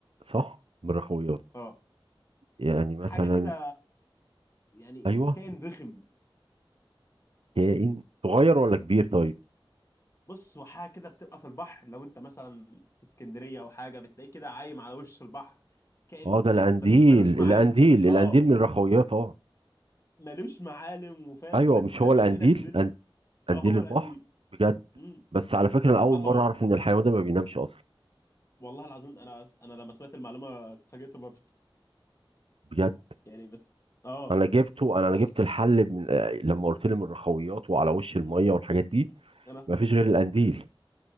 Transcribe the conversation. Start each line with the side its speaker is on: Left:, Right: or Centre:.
Right: صح من الرخويات
Left: اه
Right: يعني مثلا
Left: حاجه كده يعني
Right: ايوه
Left: كائن رخم
Right: كائن صغير ولا كبير طيب
Left: بص هو حاجه كده بتبقى في البحر لو انت مثلا في اسكندريه او حاجه بتلاقيه كده عايم على وش البحر كائن
Right: اه ده القنديل
Left: ما تف- ملوش معالم
Right: القنديل
Left: اه
Right: القنديل من الرخويات اه
Left: ملوش معالم وفاهم
Right: ايوه
Left: ما
Right: مش
Left: تفهمش
Right: هو القنديل
Left: ايه لازمته
Right: قن- قنديل
Left: اه هو
Right: البحر
Left: القنديل
Right: بجد
Left: امم
Right: بس على فكره انا اول
Left: اهو
Right: مره اعرف ان الحيوان ده ما بينامش اصلا
Left: والله العظيم انا انا لما سمعت المعلومه اتفاجئت برضه
Right: بجد
Left: يعني بس اه
Right: انا جبته انا انا
Left: بس
Right: جبت الحل من آه، لما قلت لي من الرخويات وعلى وش الميه والحاجات دي
Left: انا
Right: ما فيش غير القنديل